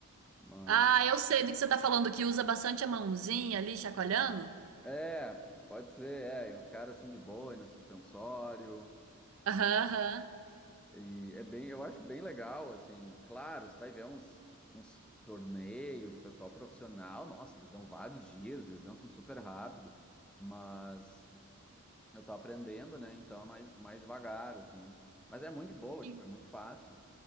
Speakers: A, in the centre; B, on the right.
A: Mas...
B: Ah, eu sei do que você tá falando, que usa bastante a mãozinha ali, chacoalhando.
A: É, pode ser, é, e uns caras assim de boa, na suspensório.
B: Aham,
A: E,
B: aham.
A: e é bem, eu acho bem legal, assim, claro, você vai ver uns, uns torneios, o pessoal profissional, nossa, eles dão vários giros, eles dançam super rápido, mas. Eu tô aprendendo, né? Então é mais, mais devagar, assim. Mas é muito de boa,
B: Que,
A: tipo, é muito fácil.